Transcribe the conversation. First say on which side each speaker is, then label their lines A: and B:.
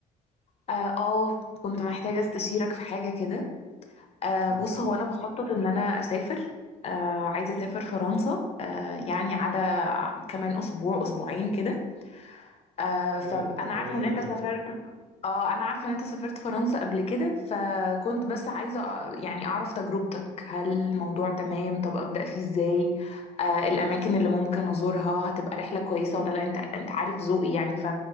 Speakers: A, on the left; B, on the right.
A: اه اه، كنت محتاجة استشيرك في حاجة كده آه
B: قولي
A: بص
B: معاكي
A: هو انا بخطط ان انا اسافر آه وعايزة اسافر فرنسا آه يعني على كمان اسبوع اسبوعين كده آه
B: بجد
A: فانا
B: كويس
A: عارفه ان
B: جدا
A: انت سافرت اه انا عارفه ان انت سافرت فرنسا قبل كده فكنت بس عايزه أ- يعني اعرف تجربتك هل الموضوع تمام طب ابدا فيه ازاي آه الاماكن اللي ممكن ازورها هتبقى رحله كويسه ولا لا انت انت عارف ذوقي يعني ف...